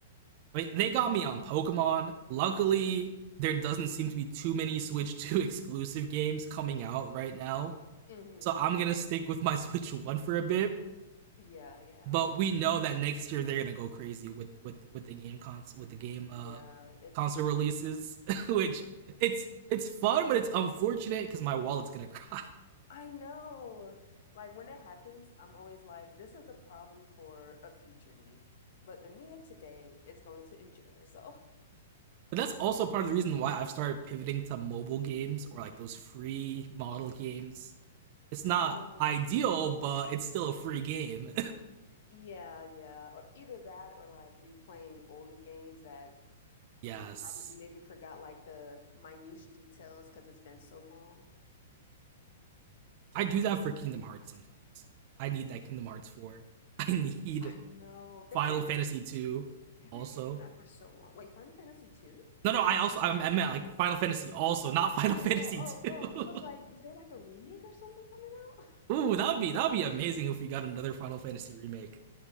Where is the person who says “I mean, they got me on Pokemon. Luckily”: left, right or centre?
Right